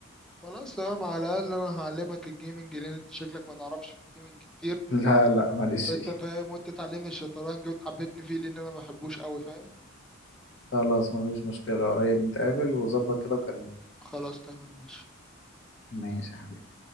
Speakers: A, in the centre; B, on the left.
A: خلاص تمام على الأقل أنا هعلمك الجيمنج لأن أنت شكلك ما تعرفش في الجيمنج كتير
B: <laughs> لا لا معلش
A: أنت فاهم وأنت تعلمني الشطرنج وتحببني فيه لأن أنا ما بحبوش أوي فاهم
B: خلاص مفيش مشكلة قريب نتقابل وظبط كده وكلمني
A: خلاص تمام ماشي
B: ماشي يا حبيبي